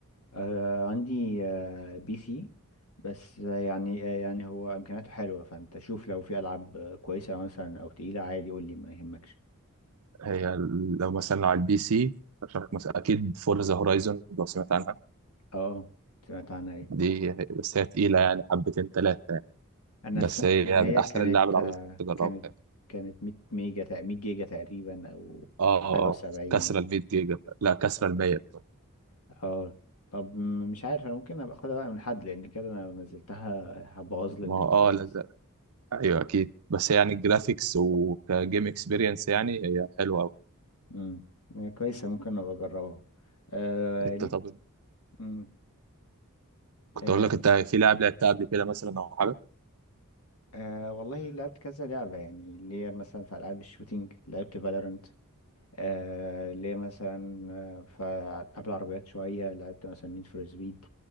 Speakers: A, on the left; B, on the right.
A: آه، عندي آه، بي سي بس آه، يعني آه، يعني هو امكانياته حلوه فانت شوف لو في العاب آه، كويسه مثلا او تقيله عادي قول لي ما يهمكش
B: هي ال- لو مثلا لو على البي سي ارشح لك مثلا اكيد فورزا هورايزون لو سمعت عنها
A: اه سمعت عنها ايه
B: دي بس هي تقيله يعني حبتين ثلاثه يعني
A: انا
B: بس
A: سمعت
B: هي
A: ان هي
B: من احسن
A: كانت
B: اللعب العربيات
A: آه،
B: اللي تجربها
A: كانت
B: يعني.
A: كانت 100 ميجا تق- 100 جيجا تقريبا او
B: اه
A: حاجه
B: اه
A: و70
B: كسرة ال 100 جيجا لا كسرة ال 100 كمان.
A: اه طب م- مش عارف انا ممكن ابقى اخدها بقى من حد لان كده انا لو نزلتها هبوظ لي
B: ما
A: النت
B: هو اه
A: خالص
B: لا لا. ايوه اكيد بس يعني الجرافيكس وكجيم اكسبيرينس يعني هي حلوه قوي
A: امم كويسه ممكن ابقى اجربها آه
B: انت
A: ليه
B: طب
A: امم
B: كنت
A: آه
B: اقول لك انت في لعب لعبتها قبل كده مثلا او حاجه
A: آه والله لعبت كذا لعبه يعني اللي هي مثلا في العاب الشوتينج لعبت فالورنت آه ليه مثلا آه، فقبل العربيات شوية لعبت مثلا نيد فور سبيد